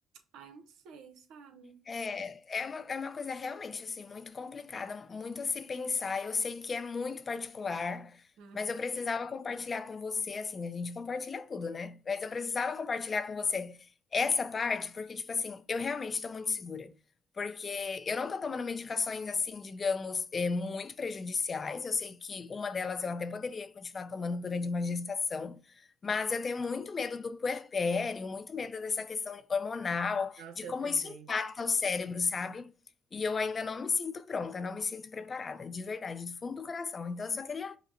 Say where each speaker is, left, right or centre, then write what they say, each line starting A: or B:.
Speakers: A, on the right; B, on the left.
A: Ai, eu não sei, sabe?
B: É, é uma, é uma coisa realmente assim muito complicada, muito a se pensar. Eu sei que é muito particular,
A: Uhum.
B: mas eu precisava compartilhar com você, assim, a gente compartilha tudo, né? Mas eu precisava compartilhar com você essa parte, porque, tipo assim, eu realmente estou muito segura. Porque eu não tô tomando medicações, assim, digamos, eh, muito prejudiciais. Eu sei que uma delas eu até poderia continuar tomando durante uma gestação, mas eu tenho muito medo do puerpério, muito medo dessa questão hormonal
A: Nossa,
B: de como
A: eu também.
B: isso impacta o cérebro, sabe? E eu ainda não me sinto pronta, não me sinto preparada, de verdade, do fundo do coração. Então eu só queria